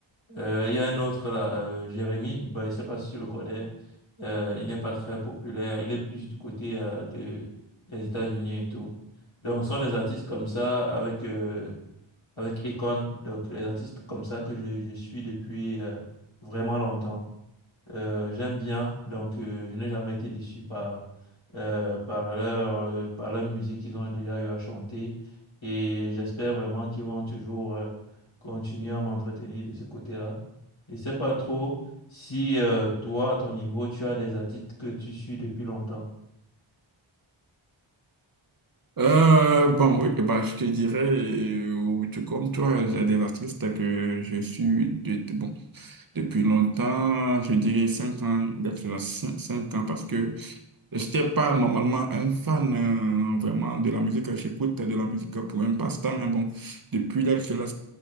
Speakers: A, on the left; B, on the right.
A: euh, Il y a un autre là, euh, Jérémy, ben, je ne sais pas si tu le connais. Euh, il n'est pas très populaire. Il est plus du côté euh, de- des États-Unis et tout. Donc, ce sont des artistes comme ça avec, euh, avec Akon. Donc, les artistes comme ça que je, je suis depuis euh, vraiment longtemps. Euh, j'aime bien, donc euh, je n'ai jamais été déçu par, euh, par leur, euh, par leur musique qu'ils ont déjà eu à chanter et j'espère vraiment qu'ils vont toujours euh, continuer à m'entretenir de ce côté-là. Je ne sais pas trop si euh, toi, à ton niveau, tu as des artistes que tu suis depuis longtemps.
B: Euh, bon, oui, bah, je te dirais, euh, oui, tout comme toi, j'ai des artistes que je suis de, de- bon, depuis longtemps, je dirais 5 ans, d'être 5 ans parce que Je J'étais pas normalement un fan euh, vraiment de la musique. J'écoute de la musique pour un passe-temps, mais bon, depuis l'âge de